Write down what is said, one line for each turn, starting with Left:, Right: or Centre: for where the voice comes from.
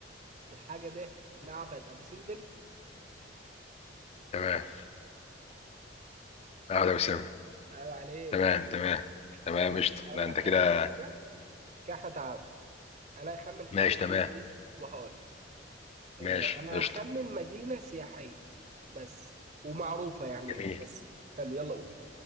Right: الحاجه دي معبد ابو سمبل <laughs>
Left: تمام اه ده وسام
Right: عيب عليك
Left: تمام تمام تمام
Right: ماشي
Left: قشطة
Right: انا
Left: لا انت
Right: هخمن
Left: كده
Right: كده كده احنا تعادل انا هخمن حاجه
Left: ماشي
Right: دلوقتي
Left: تمام
Right: وهقول لك. آه،
Left: ماشي
Right: انا
Left: قشطة
Right: هخمن مدينه سياحيه بس ومعروفه يعني
Left: جميل
Right: بس حلو يلا قول